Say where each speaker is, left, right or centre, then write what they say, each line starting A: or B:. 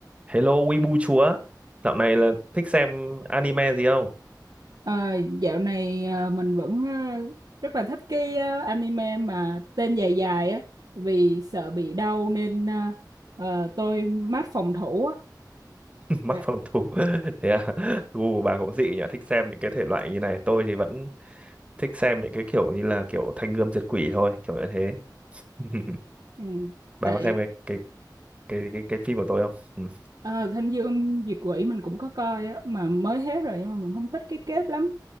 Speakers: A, on the right; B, on the right.
A: Hello Weibo chúa, dạo này là thích xem anime gì không?
B: Ờ, dạo này ờ, mình vẫn ờ, rất là thích cái ờ, anime mà tên dài dài á vì sợ bị đau nên ờ, ờ, tôi mát phòng thủ á.
A: <laughs> Mắc
B: Dạ.
A: phòng thủ. <laughs> Thế à, gu của bà cũng dị nhỉ, thích xem những cái thể loại như này. Tôi thì vẫn thích xem những cái kiểu như là kiểu Thanh Gươm Diệt Quỷ thôi, kiểu như thế. <laughs>
B: Ừ.
A: Bà
B: Tại
A: có xem cái cái cái cái, cái phim của tôi không? Ừ.
B: ờ, Thanh Dương Diệt Quỷ mình cũng có coi á mà mới hết rồi nhưng mà mình không thích cái kết lắm.